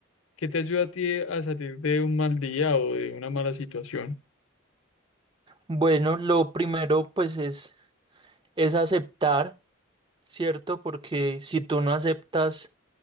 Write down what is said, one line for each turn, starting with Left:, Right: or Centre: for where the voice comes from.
Left: ¿qué te ayuda a ti a salir de un mal día o de una mala situación?
Right: Bueno, lo primero pues es, es aceptar, ¿cierto? Porque si tú no aceptas,